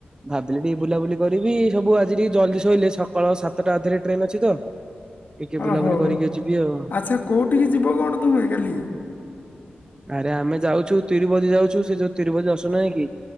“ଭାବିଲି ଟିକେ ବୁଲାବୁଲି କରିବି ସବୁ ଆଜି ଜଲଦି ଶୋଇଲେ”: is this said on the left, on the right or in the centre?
Right